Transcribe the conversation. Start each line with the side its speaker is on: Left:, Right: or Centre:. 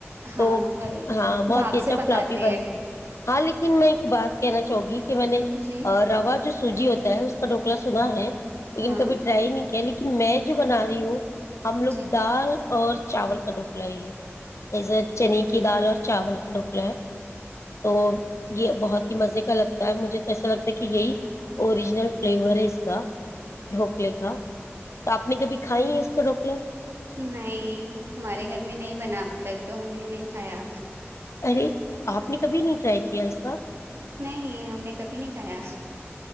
Right: ہاں
Left: <unintelligible> تو
Right: وہی
Left: ہاں بہت
Right: بھاپ
Left: ہی اچھا
Right: سے پکاتے
Left: فلاپی بنتے
Right: ہیں
Left: ہاں لیکن میں ایک بات کہنا چاہوں گی کہ میں نے
Right: جی
Left: روا جو سوجی ہوتا ہے اس کا ڈھوکلا سب ہے لیکن
Right: ہاں
Left: کبھی ٹرائی ہی نہیں کیا لن میں جو بنا رہی ہو ہم لوگ
Right: جی
Left: دال اور چاول کا ڈھوک لائیے ایزے چنے کی دال اور چاول کا ڈک تو یہ بہت ہی مزے کا لگتا ہے مجھے ایسا لگتا ہے کہ یہی اوریجنل فلیور ہے اس کا ڈھوکلے کا تو آپ نے کبھی کھائی ہیں تو روکلا
Right: نہیں ہمارے گھر میں نہیں بنا اب تک تو ہم نے نہیں کھایا
Left: ارے آپ نے کبھی نہیں ٹرائی کیا ایسا
Right: نہیں ہم نے کبھی نہیں کھایا